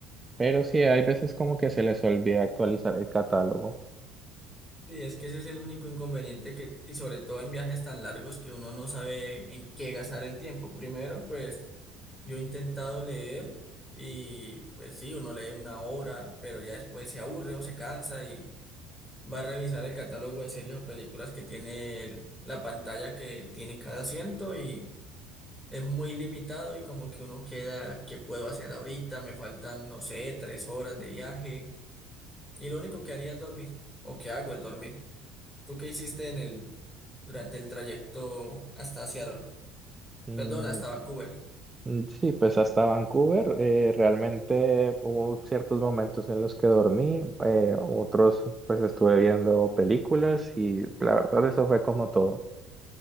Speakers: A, on the right (about 20°); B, in the centre.
A: pero sí, hay veces como que se les olvida actualizar el catálogo.
B: Sí, es que ese es el único inconveniente que, y sobre todo en viajes tan largos que uno no sabe en qué gastar el tiempo. Primero, pues yo he intentado leer y pues sí, uno lee una hora, pero ya después se aburre o se cansa y va a revisar el catálogo de series o películas que tiene el- la pantalla que tiene cada asiento y es muy limitado y como que uno queda, ¿qué puedo hacer ahorita? Me faltan, no sé, tres horas de viaje y lo único que haría es dormir o que hago es dormir. ¿Tú qué hiciste en el, durante el trayecto hasta Seattle?
A: Mm,
B: Perdón, hasta Vancouver.
A: mm, sí, pues hasta Vancouver eh, realmente hubo ciertos momentos en los que dormí, eh, otros pues estuve viendo películas y la verdad eso fue como todo.